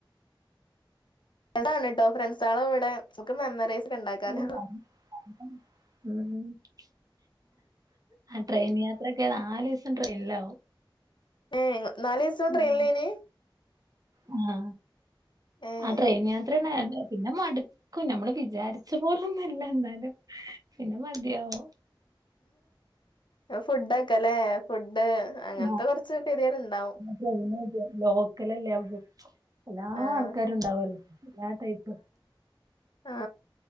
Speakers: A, on the left; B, on the right.
A: നല്ലതാണ്ട് ട്ടോ ഫ്രണ്ട്സാൾടെ കൂടെ മ്മക്ക് മെമ്മറീസ് ഒക്കെ
B: <inaudible>
A: ഇണ്ടാക്കാലോ
B: ആ ട്രെയിൻ യാത്രയൊക്കെ നാലീസം ട്രെയിനിലാവും
A: ഏ നാലീസോം
B: ആ
A: ട്രെയിനിലേനി
B: ആ
A: ഏഹ്
B: ആ ട്രെയിൻ യാത്രേണ് പിന്നെ മടുക്കും ഞമ്മള് വിചാരിച്ച പോലൊന്നും അല്ല ന്നാലും പിന്നെ മതിയാവും
A: ആ ഫുഡൊക്കല്ലേ ഫുഡ് ഡ് അങ്ങനത്തെ
B: ആ
A: കൊറച്ച് ഗെതേട് ണ്ടാവും
B: ട്രെയിന് ലോക്കലല്ലേ അപ്പൊ എല്ലാ
A: ആഹ്
B: ആൾക്കാരും ണ്ടാവല്ലോ എല്ലാ ടൈപ്പ്
A: ആ